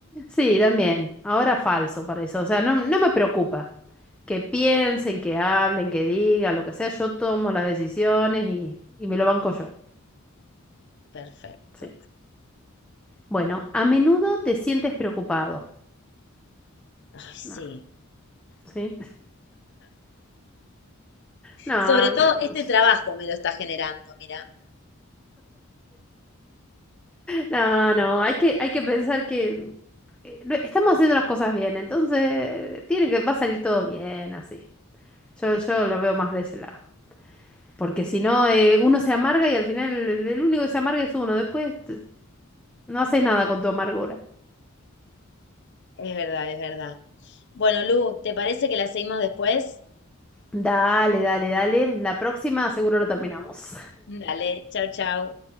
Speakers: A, in the centre; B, on the left (about 55°).
A: Sí, también. Ahora falso para eso. O sea, no, no me preocupa que piensen, que hablen, que digan, lo que sea. Yo tomo las decisiones y, y me lo banco yo.
B: Perfecto.
A: Sí. Bueno, a menudo te sientes preocupado.
B: Ay, sí.
A: No, ¿sí? No,
B: Sobre todo
A: no,
B: este trabajo me lo está generando, mira.
A: no, no, hay que, hay que pensar que eh, lo- estamos haciendo las cosas bien, entonces tiene que, va a salir todo bien, así. Yo, yo lo veo más de ese lado. Porque si no, eh, uno se amarga y al final el, el único que se amarga es uno. Después t- no haces nada con tu amargura.
B: Es verdad, es verdad. Bueno, Lu, ¿te parece que la seguimos después?
A: Dale, dale, dale. La próxima seguro lo terminamos.
B: Dale, chau, chau.